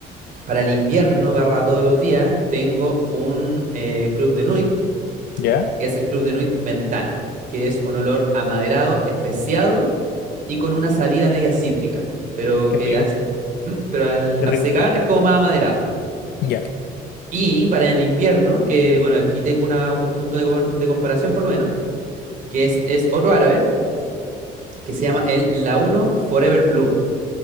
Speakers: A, on the right; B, on the left.
A: para el invierno, barra todos los días, tengo un eh, club de Nuit
B: Ya,
A: que es el Club de Nuit Ventana, que es un olor amaderado, especiado y con una salida media cítrica, pero
B: qué
A: que
B: rico,
A: al, eh, mm, pero al,
B: qué
A: al
B: rico.
A: secar es como más amaderado.
B: Ya,
A: Y para el invierno, que bueno, aquí tengo una- un punto de, compa- de comparación por lo menos, que es, es otro árabe, que se llama el Launo Forever Blue.